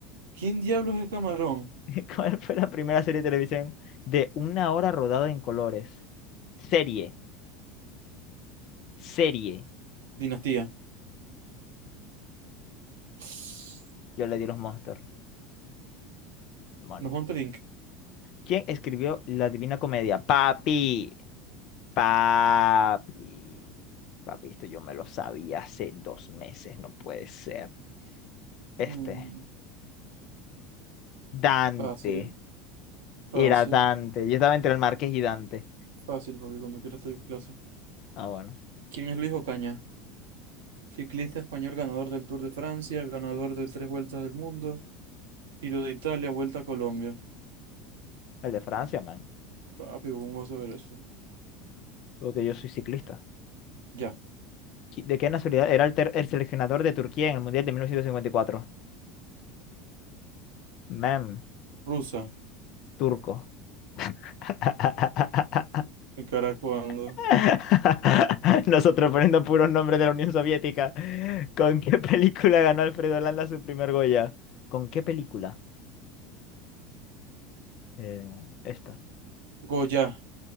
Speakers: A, on the right; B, on the left.
A: ¿Quién diablos es Camarón?
B: <laughs> ¿Cuál fue la primera serie de televisión de una hora rodada en colores? Serie, serie.
A: Dinastía. <sniffs>
B: Yo le di los Monster. Demonios.
A: Los Monterink.
B: ¿Quién escribió La Divina Comedia? Papi, papi, papi, esto yo me lo sabía hace dos meses, no puede ser. Este,
A: Mm,
B: Dante,
A: fácil,
B: era
A: fácil,
B: Dante. Yo estaba entre el Marqués y Dante.
A: fácil, papi, cuando quieras te doy clase.
B: Ah, bueno,
A: ¿Quién es Luis Ocaña? Ciclista español ganador del Tour de Francia, ganador de tres vueltas del mundo, Giro de Italia, Vuelta a Colombia.
B: el de Francia, man,
A: Papi, ¿cómo vas a ver eso?
B: porque yo soy ciclista.
A: Ya.
B: ¿Qui- ¿De qué nacionalidad era el, ter- el seleccionador de Turquía en el Mundial de 1954? Man,
A: Rusa.
B: turco. <laughs>
A: Mi cara cuando.
B: <laughs> Nosotros poniendo puros nombres de la Unión Soviética. ¿Con qué película ganó Alfredo Landa su primer Goya? ¿Con qué película? Eh, esta.
A: Goya.